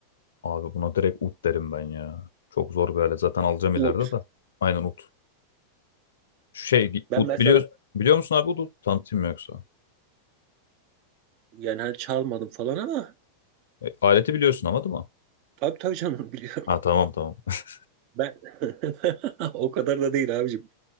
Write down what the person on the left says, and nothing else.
Abi buna direkt ut derim ben ya. Çok zor bir alet. Zaten alacağım ileride
de. Aynen ut. Şu Şey
ut
biliyor, biliyor musun abi ut? Tanıtayım mı yoksa?
E, aleti biliyorsun ama değil mi?
Ha tamam tamam. <laughs>